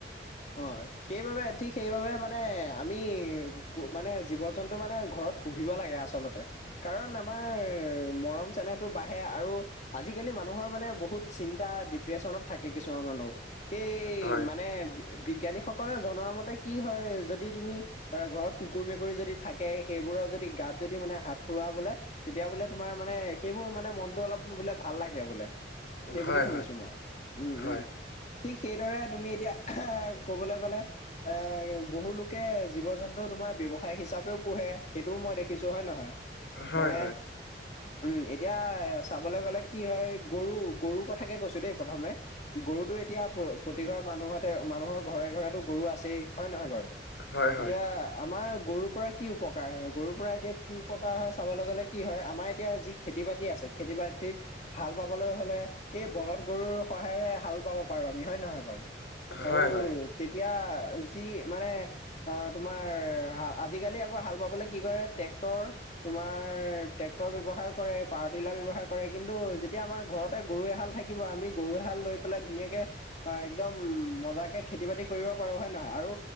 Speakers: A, on the left; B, on the left.
A: অ সেইবাবে ঠিক সেইবাবে মানে আমি। মানে জীৱ জন্তু মানে ঘৰত পুহিব লাগে আচলতে। কাৰণ আমাৰ মৰম চেনেহটো বাঢ়ে আৰু। আজিকালি মানুহৰ মানে বহুত চিন্তা ডিপ্ৰেশচনত থাকে কিছুমান মানুহ। সেই
B: হয়
A: মানে বিজ্ঞানীসকলে জনোৱা মতে। কি হয় যদি তুমি ঘৰত কুকুৰ মেকুৰী যদি থাকে সেইবোৰৰ যদি গাত যদি মানে হাত। ফুোৱা বোলে তেতিয়া বোলে তোমাৰ মানে সেইবোৰ মানে মনটো অলপ বোলে ভাল লাগে বোলে। <inaudible> ফুৱা বোলে তেতিয়া ফুৰা বোলে তেতিয়া বোলে তোমাৰ মানে সেইবোৰ মানে মনটো অলপ বোলে ভাল লাগে বোলে। সেই বুলি
B: হয় হয়
A: শুনিছো মই উম
B: হয়
A: উম ঠিক সেইদৰে তুমি এতিয়া আহ ক'বলে গ'লে। এ বহু লোকে জীৱ জন্তু তোমাৰ ব্য্ৱসায় হিচাপেও পোহে সেইটোও মই দেখিছো হয় নহয়।
B: হয়
A: মানে।
B: হয়
A: উম এতিয়া চাবলে গ'লে কি হয় গৰু গৰু কথাকে কৈছো দেই প্ৰথমে। গৰুতো এতিয়া প্ৰতিঘৰ মানুহতে মানুহৰ ঘৰে ঘৰে ত গৰু আছেই হয় নহয় বাৰু।
B: হয় হয়
A: এতিয়া আমাৰ গৰুৰ পৰা কি উপকাৰ হয় গৰুৰ পৰা এতিয়া কি। প্ৰকাৰ হয় চাবলৈ গ'লে কি হয় আমাৰ এতিয়া যি খেতি বাতি আছে খেতি বাতিত। হাল বাবলৈ হলে এই বলধ গৰুৰ সহায়েৰে হাল বাব পাৰো আমি হয় নহয় বাৰু। আৰু
B: হয় হয়
A: তেতিয়া যি মানে। অ তোমাৰ আজিকালি আকৌ হাল বাবলে কি কৰে ট্ৰেক্টৰ। তোমাৰ ট্ৰেক্টৰ ব্যৱহাৰ কৰে পাৱাৰ টিলাৰ ব্যৱহাৰ কৰে কিন্তু যেতিয়া আমাৰ ঘৰত। ততে গৰু এহাল থাকিব আমি গৰু এহাল লৈ পেলাই ধুনীয়াকে অ একদম মজাকে। খেতি বাতি কৰিব পাৰোঁ হয়। নহয় আৰু